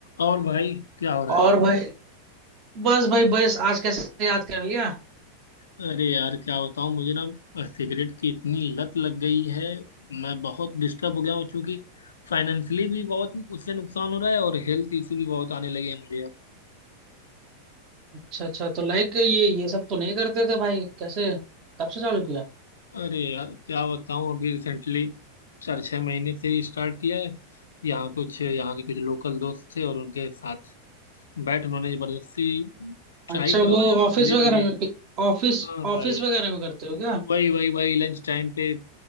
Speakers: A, on the left; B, on the right.
A: और भाई क्या हो रहा
B: और भाई बस भाई बस आज कैसे याद कर लिया
A: है अरे यार क्या बताऊं मुझे ना सिगरेट की इतनी लत लग गई है मैं बहुत डिस्टर्ब हो गया हूँ क्योंकि फाइनेंशियली भी बहुत उससे नुकसान हो रहा है और हेल्थ इशू भी बहुत आने लगे हैं मुझे अब
B: अच्छा अच्छा तो लाइक ये ये सब तो नहीं करते थे भाई कैसे कब से चालू किया
A: अरे यार क्या बताऊं अभी रिसेंटली चार छः महीने से ही स्टार्ट किया है यहाँ कुछ यहाँ के कुछ लोकल दोस्त थे और उनके साथ बैठ उन्होंने जबरदस्ती ट्राई
B: अच्छा
A: करवाया
B: वो ऑफिस
A: और धीरे
B: वगैरह
A: धीरे
B: में ऑफिस
A: हाँ
B: ऑफिस
A: भाई
B: वगैरह में करते हो क्या
A: वही वही वही लंच टाइम पे